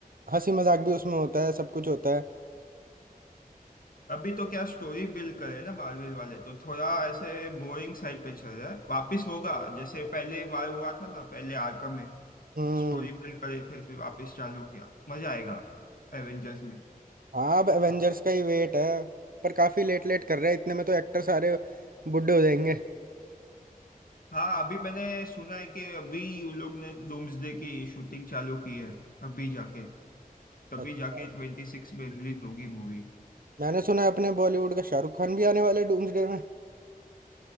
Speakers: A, on the right (about 70°); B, on the left (about 70°).
A: हंसी मजाक भी उसमें होता है सब कुछ होता है
B: अभी तो क्या स्टोरी बिल्ड करे ना मार्वल वाले तो थोड़ा ऐसे बोरिंग साइड पे चल रहा है वापिस होगा जैसे पहले बार हुआ था ना पहले आर्कम में
A: हम्म
B: स्टोरी बिल्ड करे थे फिर वापस चालू किया मजा आएगा एवेंजर्स में
A: हाँ अब एवेंजर्स का ही वेट है पर काफी लेट लेट कर रहे हैं इतने में तो एक्टर सारे बुड्ढे हो जाएंगे
B: हाँ अभी मैंने सुना है कि अभी उन लोग ने डूम्सडे की शूटिंग चालू की है अभी जाके तभी
A: अच्छा
B: जाके ट्वेंटी सिक्स में रिलीज होगी मूवी
A: मैंने सुना है अपने बॉलीवुड का शाहरुख खान भी आने वाले डूम्सडे में